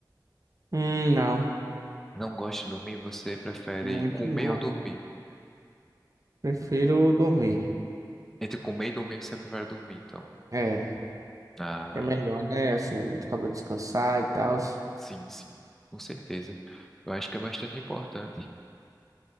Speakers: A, on the right; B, in the centre.
A: Hum, não.
B: Não gosta de dormir, você prefere
A: Muito
B: comer
A: não.
B: ou dormir?
A: Prefiro dormir.
B: Entre comer e dormir, você prefere dormir, então.
A: É.
B: Ah,
A: É melhor, né? Assim, acaba de descansar e tal.
B: sim, sim, com certeza. Eu acho que é bastante importante.